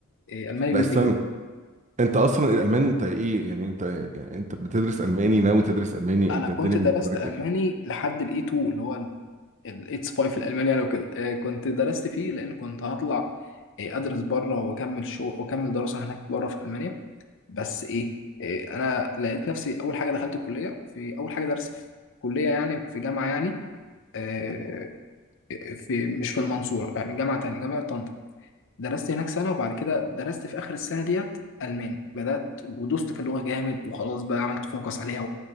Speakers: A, on the left; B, on the right.
A: إيه الماني
B: لا
A: بيدي
B: استنى
A: كده
B: انت اصلا الالماني انت ايه يعني انت يعني انت بتدرس الماني ناوي تدرس الماني
A: انا
B: انت
A: كنت
B: الدنيا بالنسبه
A: درست
B: لك
A: الماني
B: ايه في-
A: لحد الاي 2 اللي هو الاتس 5 الالماني يعني وكده إيه كنت درست فيه لان كنت هطلع إيه ادرس بره واكمل شغل واكمل دراسه هناك بره في المانيا بس ايه, إيه انا لقيت نفسي اول حاجه دخلت الكليه في اول حاجه درس في كليه يعني في جامعه يعني آه، في مش في المنصوره يعني جامعه تانية جامعه طنطا درست هناك سنه وبعد كده درست في اخر السنه ديت الماني بدات ودوست في اللغه جامد وخلاص بقى عملت فوكس عليها